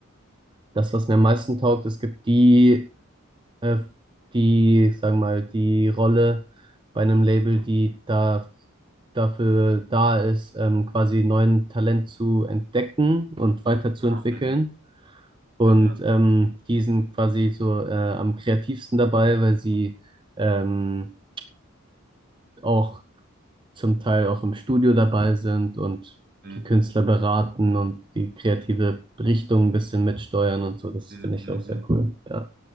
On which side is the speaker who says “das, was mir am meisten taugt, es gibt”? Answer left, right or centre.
Right